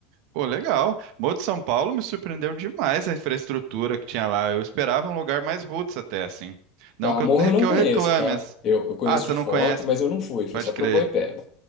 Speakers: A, on the right; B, on the left.
A: Pô, legal. Morro de São Paulo me surpreendeu demais a infraestrutura que tinha lá. Eu esperava um lugar mais roots até, assim. Não
B: Tá,
A: que
B: Morro
A: eu, <laughs>
B: eu não
A: que eu
B: conheço,
A: reclame,
B: tá?
A: assim.
B: Eu, eu conheço
A: Ah, você
B: de foto,
A: não conhece?
B: mas eu não fui, fui
A: Pode
B: só pra
A: crer.
B: Boipeba.